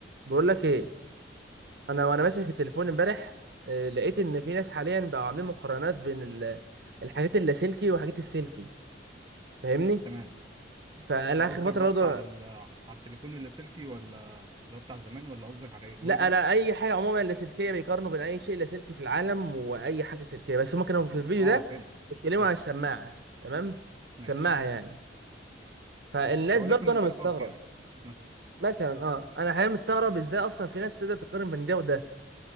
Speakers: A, on the right (about 60°); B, on the right (about 25°).
A: بقول لك ايه انا وانا ماسك التليفون امبارح آه، لقيت ان في ناس حاليا بقوا عاملين مقارنات بين ال- الحاجات اللاسلكي وحاجات السلكي فاهمني
B: تمام
A: فانا
B: انت
A: اخر
B: قصدك
A: فتره
B: بس
A: برضه
B: على ال... على التليفون اللاسلكي ولا اللي هو بتاع زمان ولا قصدك على ايه الوايرلس
A: لا لا اي حاجه عموما لاسلكيه بيقارنوا بين اي شيء لاسلكي في العالم واي حاجه سلكيه بس هم كانوا في الفيديو
B: اه
A: ده
B: فهمت
A: بيتكلموا
B: ماشي
A: عن السماعه تمام
B: ماشي
A: سماعه يعني فالناس
B: او
A: برضه
B: ليكن
A: انا
B: الايربودز
A: مستغرب
B: يعني مثلا
A: مثلا اه انا حاليا مستغرب ازاي اصلا في ناس تقدر تقارن بين ده وده